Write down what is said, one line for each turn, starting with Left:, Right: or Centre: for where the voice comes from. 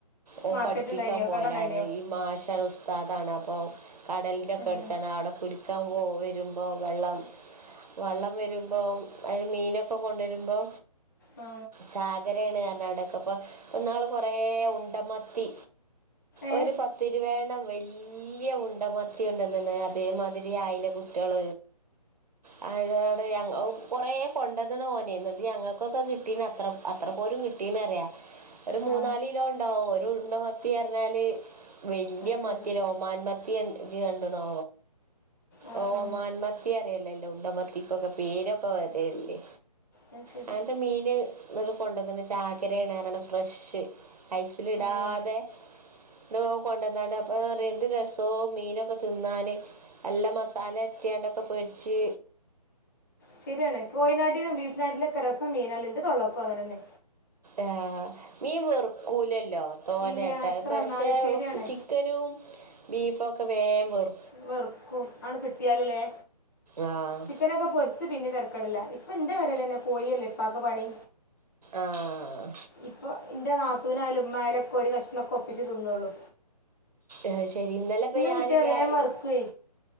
Right: ഓ
Left: മാർക്കറ്റ്
Right: പഠിപ്പിക്കാൻ
Left: ഉണ്ടായിനിയോ
Right: പോലാണ്
Left: കട ഉണ്ടായിനിയോ
Right: ഈ മാഷാവ് സ് ത്താ അതാണ് അപ്പം കടലിൻ്റെൊക്കെ
Left: ഉം.
Right: എടുത്താണ് അവിടെ കുടിക്കാൻ പോ വരുമ്പോൾ വെള്ളം വള്ളം വരുമ്പോ അതില് മീനൊക്കെ കൊണ്ടുവരുമ്പോ
Left: ആ.
Right: ചാഗരയാണ് ന്നറിഞ്ഞാണ്ടോക്കെ പ്പം നാള് കുറെേ ഉണ്ടമത്തി
Left: ഏ
Right: ഒരു പത്ത് ഇരുപേ എണ്ണം വല്യ ഉണ്ട മത്തിയോണ്ടോന്ന്ണ് അതേമാതിരി ആയില കു ട്ട്യേൾ <unintelligible> കൊറെ കൊണ്ടന്ന്ണ് ഓന് ന്ന്ട്ട് ഞങ്ങൾക്കൊക്കെ കിട്ടീകണ് അത്ര അത്ര പോലും കിട്ടീന്ന അറിയ ഒരു മൂന്നാാല
Left: ആ
Right: കിലോ ഉണ്ടാവോ ഒരു ഉണ്ടോ മത്തി അറിഞ്ഞാല് വല്യ
Left: അത് ശരി
Right: മത്തിയലെ ഒമാന്മത്തിയ ജ് കൺഡ്ണോ
Left: ആ
Right: ഒ
Left: ആ
Right: മാൻമത്തി അറിയല്ലല്ലോ ഉണ്ടമത്തിക്കൊക്കെ പേരൊക്കെ വരല്ലേ
Left: അത് ശരി
Right: അങ്ങനത്തെ മീന് കൊണ്ടന്ന്ണ് ചാക്കരണ് ന്നറിഞ്ഞാണ്ട് ഫ്രഷ് ഐസിലിടാതെ
Left: ഉം.
Right: ത്രോ കൊണ്ടന്നാണ്ട് അപ്പൊ എന്ത് രസവുംോ മീനൊക്കെ തിന്നാന് നല്ല മസാല എത്തിയണ്ടൊക്കെ പൊരിച്ച്
Left: ശരിയാണ് കോയനാട്ടിലും ബീഫ്നാട്ടിലും ഒക്കെ രസം മീനാലെ ന്റെ തുൊള്ളക്കും അങ്ങനന്നെ
Right: ആ മീൻ വെർക്കൂലല്ലോ തോലായിട്ടാ
Left: ഇല്ല എത്ര
Right: പക്ഷേ
Left: എന്നാലും ശരിയാണ്
Right: ചിക്കനും ബീഫൊക്കെ വേ വെർ
Left: വെറുക്കും ആണ് കിട്ടിയാലല്ലേ
Right: ആഹ്
Left: ചിക്കനൊക്കെ പൊരിച്ച് പിന്നെ തിറക്കടില്ല ഇപ്പൊ ന്റെ വരലെന്നെ കോഴല്ലേ ഇപ്പാക്ക് പണി
Right: ആഹ്
Left: ഇപ്പൊ ഇന്റെ നാത്തുനായാലു ഉമ്മായലൊക്കെ ഒരു കഷ്ണക്കെ ഒപ്പിച്ച് തിന്നൊള്ളൂ
Right: ശരി ശരി ഇന്നലെ ഇപ്പൊ ഞാനൊക്കെ
Left: കിട്ടിയാൽ വേഗം വറുക്കുവേ